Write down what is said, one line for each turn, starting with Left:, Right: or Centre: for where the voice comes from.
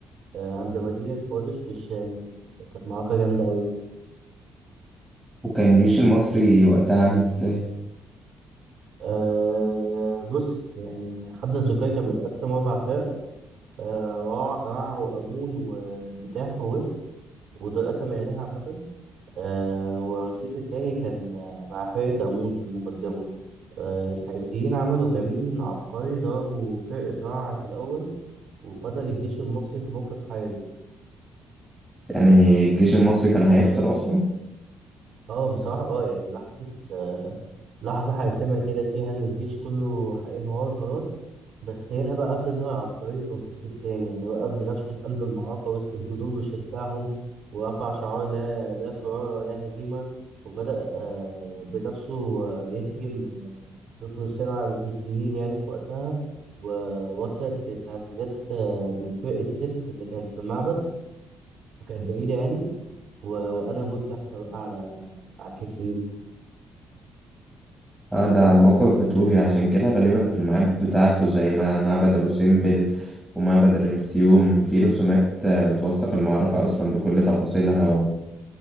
Right: آه، عند مدينة قادش في الشام كانت معركة جامدة أوي يعني.
Centre: وكان الجيش المصري وقتها عامل ازاي؟
Right: أه بص يعني حد الزكاية كان متقسم أربع فرق أه رع رع وأمون وبتاح ووست ودول قسم العيلة عامة أه ورمسيس التاني كان آه، مع فرقة أمون في المقدمة أه الحيثيين عملوا كمين عبقري ضربوا فرقة رع في الأول وفضل الجيش المصري في موقف حرج
Centre: يعني الجيش المصري كان هيخسر أصلا؟
Right: اه بصراحة اه يعني لحظة آه، لحظة حاسمة كده فيها إن الجيش كله هينهار خلاص بس هنا بقى تظهر عبقرية رمسيس التاني يعني وقف بنفسه في قلب المعركة وسط الجنود وشجعهم ورفع شعار لا لا فرار ولا هزيمة وبدأ آه، بنفسه آه، يهجم ب- بفرسان على الحيثيين يعني في وقتها ووصلت التعزيزات آه، من فرقة ست اللي كانت في المعبد وكانت بعيدة يعني و- وقلبوا الكفة بقى على على الحيثيين
Centre: آه ده موقف بتقولي عشان كده غالبا في المعابد بتاعته زي ما معبد أبو سمبل ومعبد الرمسيوم في رسومات آه، بتوثق المعركة أصلا بكل تفاصيلها